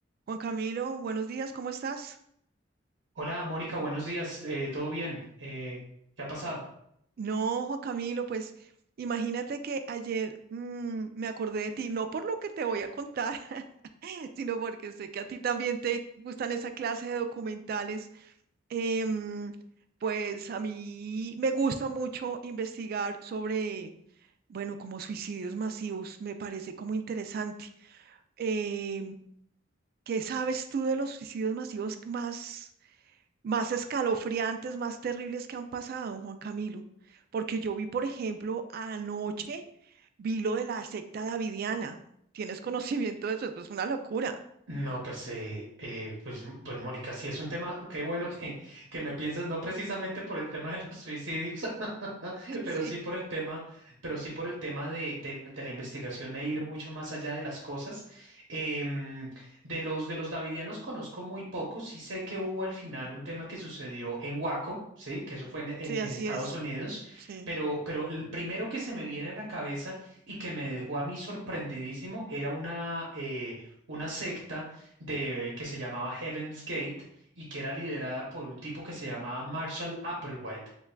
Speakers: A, on the right (about 50°); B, on the right (about 75°).
A: Juan Camilo, buenos días, ¿cómo estás?
B: Hola, Mónica, buenos días. eh, ¿todo bien? Eh, ¿qué ha pasado?
A: No, Juan Camilo, pues imagínate que ayer mm, me acordé de ti, no por lo que te voy a contar, <laughs> sino porque sé que a ti también te gustan esa clase de documentales. Em, pues a mí me gusta mucho investigar sobre, bueno, como suicidios masivos, me parece como interesante. Em, ¿qué sabes tú de los suicidios masivos más? más escalofriantes, más terribles que han pasado, Juan Camilo. Porque yo vi, por ejemplo, anoche, vi lo de la secta davidiana. ¿Tienes conocimiento de eso? Es pues una locura.
B: No, pues, eh, eh, pues, m- pues Mónica, sí es un tema, qué bueno que, que me piensas, no precisamente por el tema de los suicidios, <laughs>
A: <laughs>
B: pero
A: Sí,
B: sí por el tema, pero sí por el tema de, de, la de la investigación e ir mucho más allá de las cosas. Em, de los, de los davidianos conozco muy poco, sí sé que hubo al final un tema que sucedió en Waco, sí, que eso fue en, en-
A: sí,
B: en
A: así
B: Estados
A: es.
B: Unidos,
A: Sí.
B: pero, pero el primero que se me viene a la cabeza y que me dejó a mí sorprendidísimo era una... eh, una secta de, que se llamaba Heaven's Gate y que era liderada por un tipo que se llamaba Marshall Applewhite.